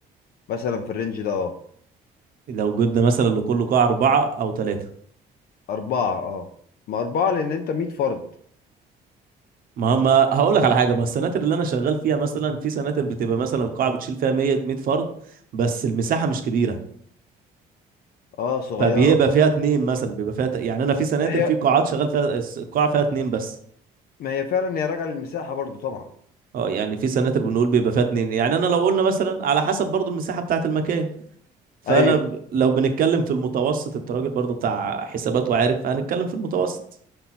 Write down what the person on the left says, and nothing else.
مثلا في الرينج ده اه
أربعة اه ما أربعة لأن أنت مية فرد
اه صغيرة
ما هي
ما هي فعلا هي راجعة للمساحة برضو طبعا
ايوه